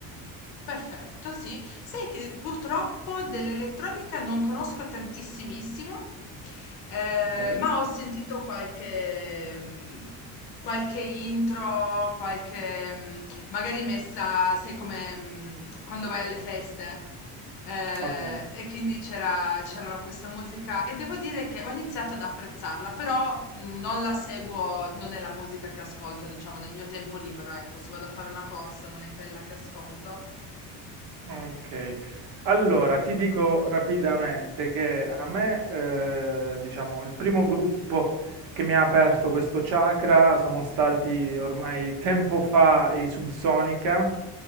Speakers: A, on the left (about 65°); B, on the right (about 60°).
A: Perfetto, sì. Sai che purtroppo dell'elettronica non conosco tantissimissimo, eh,
B: ok?
A: ma ho sentito qualche, mm, qualche intro, qualche, mm, magari messa, sai come, mm, quando vai alle feste. Eh,
B: Ok.
A: e quindi c'era c'era la- questa musica e devo dire che ho iniziato ad apprezzarla, però mm, non la seguo, non è la musica che ascolto, diciamo, nel mio tempo libero, ecco, se vado a fare una corsa non è quella che ascolto.
B: Ok, allora ti dico rapidamente che a me, eh, diciamo, il primo gruppo che mi ha aperto questo chakra sono stati ormai tempo fa i Subsonica,